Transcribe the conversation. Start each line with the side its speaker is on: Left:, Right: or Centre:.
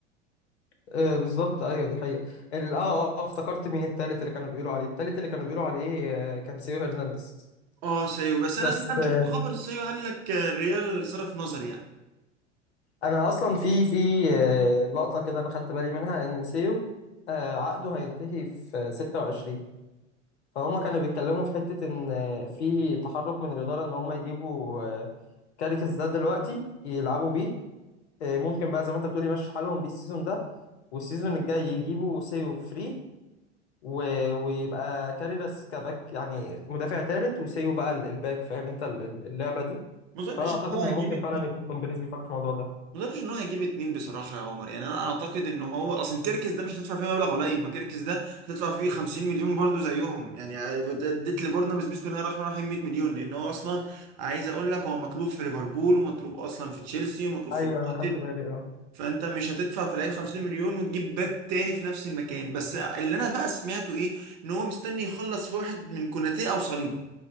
Left: آه بالظبط ايوه دي حقيقة ال- اه اه آه، افتكرت مين التالت اللي كانوا بيقولوا عليه التالت اللي كانوا بيقولوا عليه آه، كان سيو هرنانديز
Right: اه سيو بس
Left: بس
Right: انا سمعت
Left: آه
Right: شفت خبر سيو قال لك آه، الريال صرف نظر يعني
Left: انا اصلا في في آه لقطة كده انا خدت بالي منها ان سيو آه عقده هينتهي في 26 فهم كانوا بيتكلموا في حتة ان آه، في تحرك من الإدارة ان هم يجيبوا آه، كاريكس ده دلوقتي يلعبوا بيه آه، ممكن بقى زي ما انت بتقولي مشي حالهم بيه السيزون ده والسيزون الجاي يجيبوا سيو فري و... ويبقى كاريراس كباك يعني مدافع تالت وسيو بقى ال- الباك فاهم انت ال- ال- اللعبة دي
Right: ما اظنش
Left: فانا اعتقد
Right: ان هو
Left: ان
Right: هيجيب
Left: ممكن
Right: اتنين
Left: فعلا يكون بيريز بيفكر في الموضوع ده
Right: ما اظنش ان هو هيجيب اتنين بصراحه يا عمر يعني انا اعتقد ان هو اصلا كيركس ده مش هتدفع فيه مبلغ قليل ما كيركس ده هتدفع فيه 50 مليون برضو زيهم يعني اديت لبورنموث بسم الله الرحمن الرحيم 100 مليون لان هو اصلا عايز اقول لك هو مطلوب في ليفربول ومطلوب اصلا في تشيلسي ومطلوب
Left: ايوه
Right: في
Left: انا
Right: اليونايتد
Left: خدت بالي اه
Right: فانت مش هتدفع في اللعيب 50 مليون وتجيب باك تاني في نفس المكان بس اللي انا بقى سمعته ايه ان هو مستني يخلص في واحد من كوناتي او صليبه